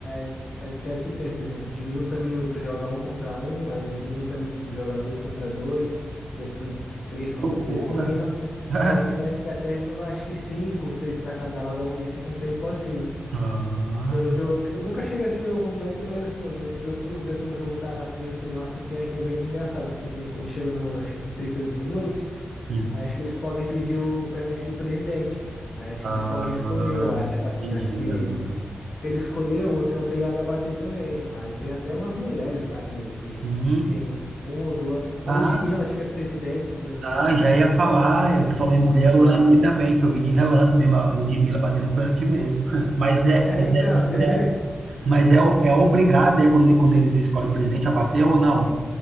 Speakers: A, on the left; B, on the right.
A: é, é de certo tempo, por exemplo, de minuto a minuto joga um contra um, aí de minuto a minuto joga dois contra dois, de outro minuto de três
B: que
A: contra
B: loucura.
A: três, assim vai indo.
B: <laughs>
A: É, entendeu? Acho que até jogar acho que cinco ou seis para cada lado e fica um tempo assim.
B: Ah,
A: Pelo que eu, que eu nunca cheguei a assistir um jogo completo, mas assim, eu, eu procuro ver quando o jogo tá bem no final, assim, que é, que é bem engraçado, porque que nem quando chega no, acho que nos 38 minutos,
B: sim.
A: aí acho que eles podem pedir o, o pênalti do presidente. Aí acho
B: Ah,
A: que eles podem escolher, eu acho, tipo assim,
B: entendi
A: acho que
B: agora.
A: se ele escolher, o outro é obrigado a bater também. Aí tem até umas mulheres lá que, que
B: Sim.
A: acho que tem uma ou duas. A
B: Ah,
A: Ludmilla, acho que é presidente de um,
B: tá,
A: de um
B: já ia falar, eh, tu falou em mulher,
A: clube
B: eu
A: lá.
B: lembrei também que eu vi de relance mesmo a Ludmilla batendo um pênalti mesmo. <laughs> Mas é,
A: É,
B: mas
A: então,
B: é, mas
A: <laughs> você
B: é,
A: vê.
B: mas é, o- é obrigado, é quando, quando eles escolhem o presidente a bater ou não?